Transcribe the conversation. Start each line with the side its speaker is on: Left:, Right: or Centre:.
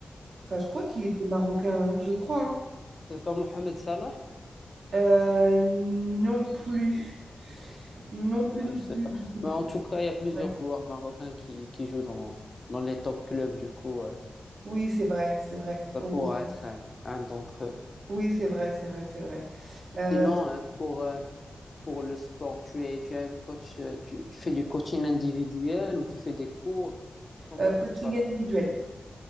Right: Enfin, je crois qu'il était marocain, hein, je crois. hein.
Left: C'est pas Mohamed Salah?
Right: Euh, non plus. Non plus,
Left: Ouais,
Right: non
Left: je sais
Right: plus,
Left: pas.
Right: je sais plus.
Left: Mais en tout cas, il y a plusieurs
Right: Ouais.
Left: joueurs marocains qui, qui jouent dans, dans les top clubs. Du coup, euh,
Right: Oui, c'est vrai, c'est vrai.
Left: ça
Right: Heureusement.
Left: pourra être un, un d'entre eux.
Right: Oui, c'est vrai, c'est vrai, c'est vrai. Euh,
Left: Sinon, euh, pour, euh, pour le sport, tu es, tu es un coach, euh, tu, tu fais du coaching individuel ou tu fais des cours? Comment
Right: euh,
Left: ça
Right: coaching
Left: se passe?
Right: individuel.